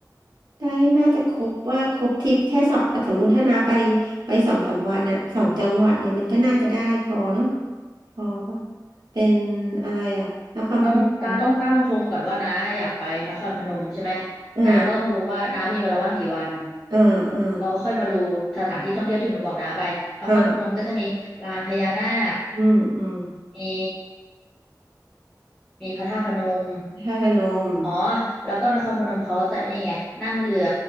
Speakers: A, on the right; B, in the centre.
A: ได้น่าจะครบว่าครบทริปแค่สองสมมติถ้านาไปไปสองสามวันอะสองจังหวัดเนี่ยมันก็น่าจะได้พอเนาะพอปะเป็นอะไรอะนครพนม
B: ต้องตาต้องตั้งธงก่อนว่าน้าอยากไปนครพนมใช่ไหม
A: อ่า
B: น้าก็ต้องดูว่าน้ามีเวลาว่างกี่วัน
A: อ่าอ่า
B: เราก็ค่อยมาดูสถานที่ท่องเที่ยวที่หนูบอกน้าไปนครพนมก็จะมีลานพญานาค
A: อ่าอืมอืม
B: มีมีพระธาตุพนม
A: นคระพนม
B: อ๋อแล้วก็นครพนมเขาจะไอ้นี่ไงนั่งเรือ